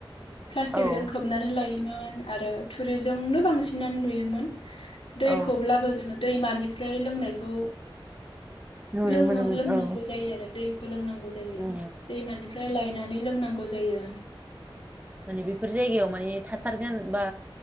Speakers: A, on the left; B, on the right.
A: प्लास्टिकजों
B: औ
A: खोबनानै लायोमोन होन आरो थुरिजोंनो बांसिनानो नुयोमोन। दैखौब्लाबो
B: औ
A: दैमानिफ्राय लोंनायखौ
B: नुनो
A: लोङो
B: मोनोमोन
A: लोंनांगौ
B: औ
A: जायो आरो। दैखौ लोंनांगौ खौजायो
B: उम
A: दैमानिफ्राय लायनानै लोंनांगौ जायो।
B: माने बेफोर जायगायाव माने थाथारगोन बा